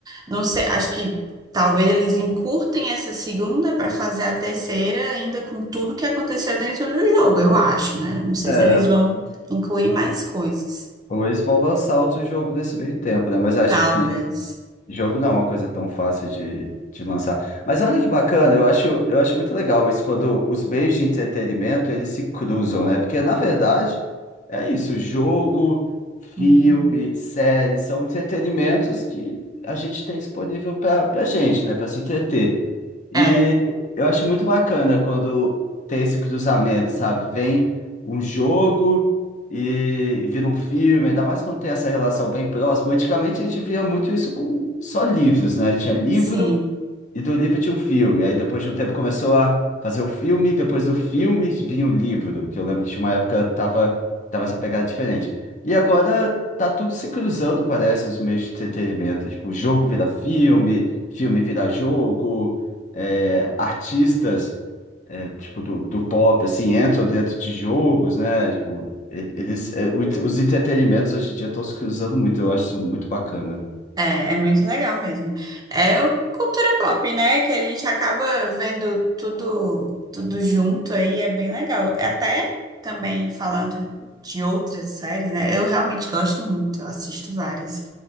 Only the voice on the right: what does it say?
não sei, acho que talvez eles encurtem essa segunda para fazer a terceira, ainda com tudo que aconteceu dentro do jogo, eu acho, né? Não sei
se eles vão incluir mais coisas.
Talvez.
Uhum.
É,
sim.
É, é muito legal mesmo. É o- cultura pop, né? Que a gente acaba vendo tudo, tudo junto aí, é bem legal. Até também falando de outras séries, né? Eu realmente gosto muito, eu assisto várias.